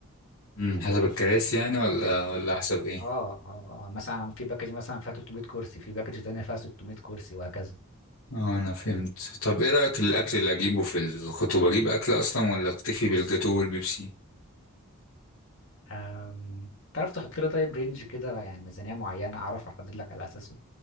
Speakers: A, on the left; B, on the left.
A: مم، حسب الكراسي يعني ولا ولا حسب ايه
B: اه اه آه، مثلا في باكج مثلا فيها 300 كرسي في باكج تانية فيها 600 كرسي وهكذا
A: اه انا فهمت طب ايه رايك الاكل اللي اجيبه في الخطوبه اجيب اكل اصلا ولا اكتفي بالجاتوه والبيبسي
B: أم... تعرف تحط لي طيب رينج كده يعني ميزانية معينة أعرف أحدد لك على أساسه